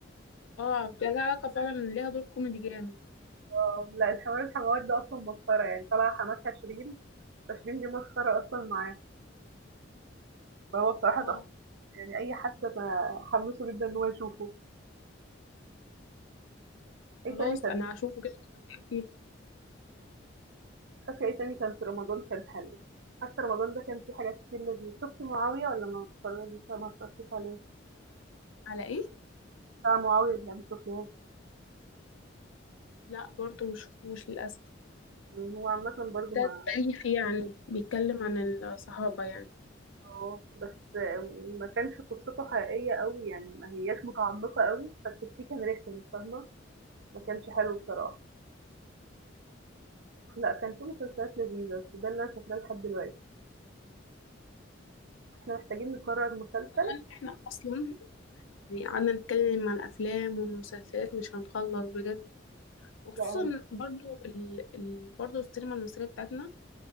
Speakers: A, on the left (about 85°); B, on the right (about 65°).
A: اه ده لها علاقة فعلا ليها دور كوميدي جامد
B: آه، <laughs> لأ الحوار الحموات ده أصلًا مسخرة يعني، طالعة حماتها شيرين، فشيرين دي مسخرة أصلًا معاه، فهو بصراحة
A: اه
B: تحفة. يعني أي حد أنا حمّاسه جدًا إن هو يشوفه. إيه
A: خلاص
B: تاني كان
A: انا هشوفه كده كده هبدأ فيه
B: فاكرة إيه تاني كان في رمضان كان حلو؟ حاسة رمضان ده كان فيه حاجات كتير لذيذة. شُفتِ معاوية والّا ما اتفرّجتيش ما اتفرّجتيش عليه؟
A: على ايه
B: بتاع معاوية بن أبي سفيان.
A: لا برضو مشفتوش للاسف
B: إمم، هو عامةً برضه
A: ده
B: ما
A: تاريخي يعني بيتكلم عن الصحابه يعني
B: آه، بس ما كانش قصّته حقيقية أوي، يعني ما هياش متعمّقة أوي، فالتفسير كان رخم فاهمة؟ ما كانش حلو بصراحة. لأ، كان في مسلسلات لذيذة، بس ده اللي أنا فاكراه لحد دلوقتي. إحنا محتاجين نقرّر مسلسل،
A: طبعا احنا اصلا يعني قعدنا نتكلم عن الافلام والمسلسلات مش هنخلص بجد وخصوصا
B: لأ هو
A: برضو ال... ال... برضو السينما المصريه بتاعتنا